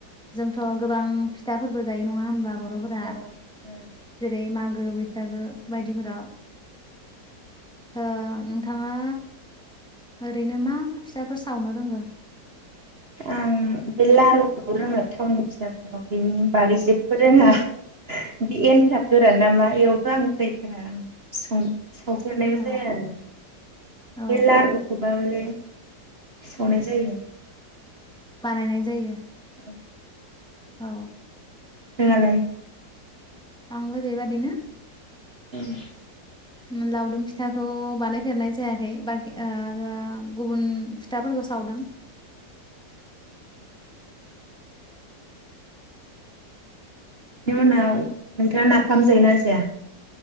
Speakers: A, in the centre; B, on the right.
A: जोंथ गोबां फिथाफोरबो जायो नङा होमबा बर' फोरा
B: आं
A: जेरै मागो बैसागो बायदिफोराव। ओ नोंथाङा ओरैनो मा मा फिसाफोर सावनो रोंङो?
B: आं बे लारुखौ रोङो थावनि फिथाखौ बिनि बारि जेबबो रोङा बे एन्थाब गोरान नामा एयावथ' आं उदायथारा आं सं सौफेरनायबो
A: औ
B: जाया आरो
A: औ
B: बे लारुखौब बले संनाय जायो।
A: बानायनाय जायो।
B: ओं
A: औ
B: नोंहालाय?
A: आंबो बेबादिनो
B: <inaudible>
A: लावदुम फिथाखौ बानायफेरनाय जायाखै बाखि ओ गुबुन फिथाफोरखौ सावदों।
B: बेनि उनाव नोंथाङा नाफाम जायोना जाया?